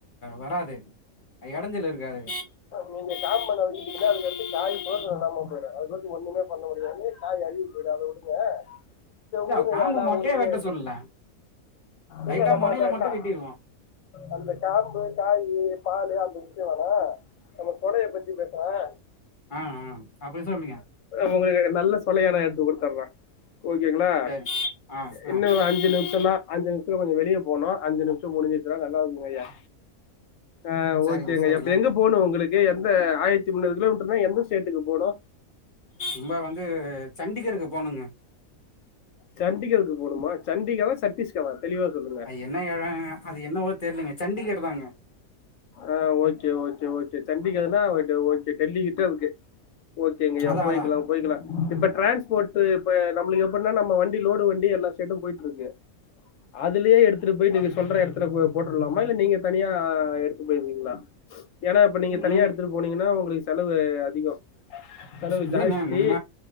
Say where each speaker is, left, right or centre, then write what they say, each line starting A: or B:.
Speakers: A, on the left (about 40°); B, on the left (about 70°).
A: வராது அது எடஞ்சலு இருக்காது
B: நீங்க காம்ப நறுக்கிட்டிங்கனா அதுக்கு அடுத்து காய் பிரயோஜனம் இல்லாம போயிடும் அதுக்கு ஒண்ணுமே பண்ண முடியாது காய் அழுகி போயிடு அத விடுங்க சரி
A: <unintelligible>
B: உடுங்க
A: காம்ப
B: யாருனா
A: மொட்டையா
B: உங்களுக்கு
A: வெட்ட சொல்ல லைட்டா
B: இல்ல நம்ம
A: மொனைல
B: அந்த
A: மட்டு
B: கா
A: வெட்டிருவோ
B: அந்த காம்பு காயி பாலு அந்த விக்க வேணா நம்ம கொலைய பத்தி பத்தி பேசுறே
A: அ அ அப்டி சொல்லுங்க
B: உங்களுக்கு நல்ல சொலையானா எடுத்து குடுத்துர்ற ஓகேங்களா
A: சரி ஆ ஆ
B: இன்னு ஒரு அஞ்சு நிமிஷந்தா அஞ்சு நிமிசத்துல கொஞ்சொ வெளிய போனு அஞ்சு நிமிசம் முடிஞ்சிருச்சுனா நல்லா இருக்குங்க ஐயா ஆ
A: சரிங்க
B: ஓகேங்கயா
A: சரிங்க
B: இப்ப எங்க போகணு உங்குளுக்கு எந்த ஆயிரத்தி முன்னூறு கிலோமீட்டர்னா எந்த ஸ்டேட்டுக்கு போணு
A: சும்மா‌ வந்து சண்டிகருக்கு போனுங்க
B: சண்டிகருக்கு போணுமா சண்டிகரா சத்தீஷ்கரா தெளிவா சொல்லுங்க
A: அது என்ன எல அது என்னவோ தெர்லேங்க சண்டிகர் தாங்க
B: ஆ ஓகே ஓகே ஓகே சண்டிகர்னா ஓகே டெல்லிக்கிட்ட இருக்கு ஓகேங்கய்யா
A: அதா
B: போய்க்கலா
A: அதா
B: போய்க்கலா இப்ப டிரான்ஸ்போர்ட்டு இப்ப நம்மளுக்கு எப்பன்னா நம்ம வண்டி லோடு வண்டி எல்லா ஸ்டேட்டும் போயிட்ருக்கு அதுலயே எடுத்துட்டு போய் நீங்க சொல்ற எடத்துல போ போட்றலாமா இல்ல நீங்க தனியா எடுத் கிரிங்களா ஏன்னா இப்ப நீங்க
A: ம்
B: தனியா
A: ம்
B: எடுத்துட்டு போனீங்கன்னா உங்களுக்கு செலவு அதிகொ செலவு
A: இல்லைங்க
B: ஜாஸ்தி
A: நம்ம